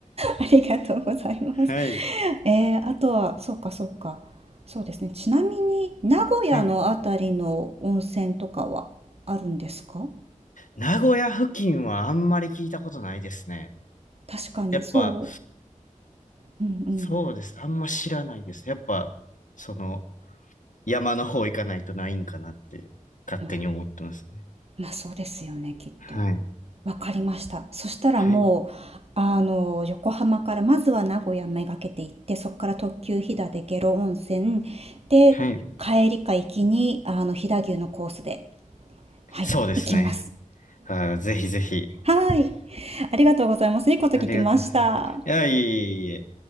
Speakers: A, on the right; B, on the left.
A: ありがとうございます。
B: はい。
A: <laughs> えー、あとは、そうかそうか。そうですね。ちなみに、名古屋のあたりの温泉とかはあるんですか
B: はい。名古屋付近はあんまり聞いたことないですね。
A: 確かに、
B: やっぱ、
A: そう。うんうん。
B: そうです。あんま知らないです。やっぱ、その、山の方行かないとないんかなって勝手に思ってますね。
A: まあ、まあそうですよね、きっと。
B: はい。
A: わかりました。そしたらもう、
B: はい。
A: あの、横浜から、まずは名古屋めがけて行って、そこから特急飛騨で下呂温泉、で、
B: はい。
A: 帰りか行きに、あの、飛騨牛のコースで、はい、
B: そうですね。
A: 行きます。
B: あー、ぜひぜひ。
A: はい、ありがとうございます。いいこと聞きました。
B: ありがとうございます。いや、いえいえいえ。